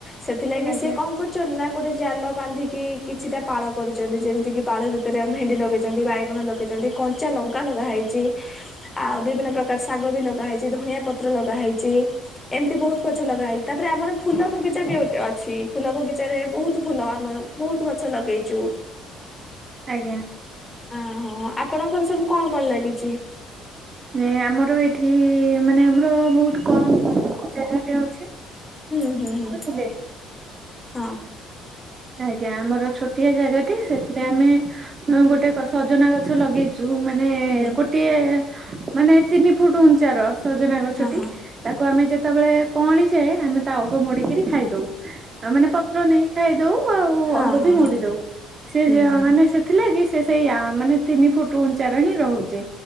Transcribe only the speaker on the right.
ଆଜ୍ଞା
ଆଜ୍ଞା
ନାଇଁ ଆମର ଏଠି ମାନେ ଆମର ବହୁତ କମ ଜାଗାଟେ ଅଛି।
ବୁଝିଲେ
ଆଜ୍ଞା ଆମର ଛୋଟିଆ ଜାଗାଟେ ସେଥିରେ ଆମେ ଗୋଟେ ସଜନା ଗଛ ଲଗେଇଚୁ। ଯୋଉ ମାନେ
ଗୋଟିଏ ମାନେ ତିନି ଫୁଟ ଉଞ୍ଚାର ସଜନା ଗଛଟି,
ତାକୁ ଆମେ ଯ ଯେତେବେଳେ କଅଁଳି ଯାଏ ଆମେ ତା ଅଗକୁ ମୋଡିକିରି ଖାଇଦଉ, ଆଉ ମାନେ ପତ୍ର ନେଇକି ଖାଇଦଉ। ଆଉ
ଅଗ
ବି ମୋଡି ଦଉ, ସେ
ଯ ମାନେ ସେଥିଲାଗି ସେ ସେଇ ଆ ମାନେ ତିନି ଫୁଟ ଉଞ୍ଚାର ହିଁ ରହୁଚି,